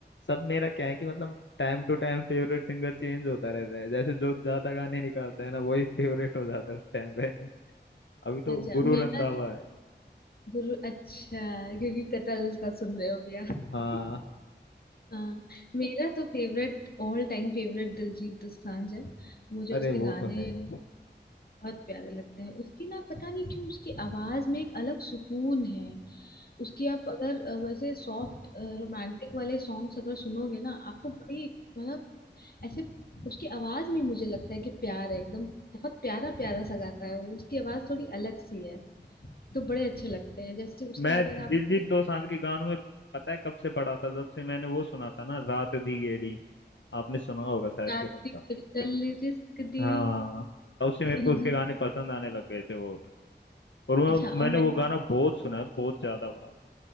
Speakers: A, on the left; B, on the left.
A: सब मेरा क्या है कि मतलब time to time favourite singer change होता रहता है जैसे जो ज्यादा गाने निकालता है ना वही फेवरेट हो जाता है उस टाइम पे <laughs> अभी तो
B: अच्छा
A: गुरु
B: मेरा
A: रंधावा है
B: गुरु अच्छा क्योंकि कतल का सुन रहे हो भैया <laughs>
A: हाँ
B: हाँ मेरा तो favourite all time favourite Diljit Dosanjh है मुझे
A: अरे
B: उसके गाने
A: वो तो है ही
B: बहुत प्यारे लगते हैं उसकी ना पता नहीं क्यों उसकी आवाज में एक अलग सुकून है उसकी आप अगर अ, वैसे सॉफ्ट रोमांटिक वाले सॉन्ग्स अगर सुनोगे ना आपको बड़ी मतलब ऐसे उसकी आवाज में मुझे लगता है कि प्यार है एकदम बहुत प्यारा प्यारा सा गाता है वो उसकी आवाज थोड़ी अलग सी है तो बड़े अच्छे लगते हैं जैसे उसका
A: मैं
B: अगर
A: दिलजीत
B: आपने
A: दोसांझ के गानों में पता है कब से पड़ा था जब से मैंने वो सुना था ना रात दी गेड़ी आपने सुना होगा शायद
B: कल
A: फिर उनका
B: रिस्क दी
A: हाँ तब से
B: <laughs>
A: मेरे को उसके गाने पसंद आने लग गए थे वो और वो,
B: अच्छा और
A: मैंने
B: मैं
A: वो गाना बहुत सुना है बहुत ज्यादा बार